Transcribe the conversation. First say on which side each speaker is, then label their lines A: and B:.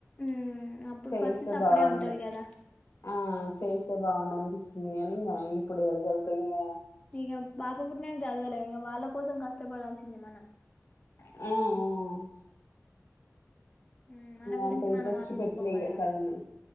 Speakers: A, on the left (about 20°); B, on the left (about 60°).
A: ఉమ్ అప్పుడు
B: చేస్తే
A: పరిస్థితి అప్పుడే
B: బాగుం
A: ఉంటది కదా
B: ఆ చేస్తే బాగుం అనిపిస్తుంది అని ఇంకా ఇప్పుడు ఎడ చదువుతుంది తంగే
A: ఇక పాప పుటి నాకు చదువలే ఇక వాళ్ళ కోసం కష్టపడా సినిమాన
B: ఆఓ
A: ఉమ్ మన గురించి
B: అంత ఇడ్రెస్ట్
A: మనం ఆలోచించుకోం
B: పెట్టలేగా
A: కదా
B: చదువును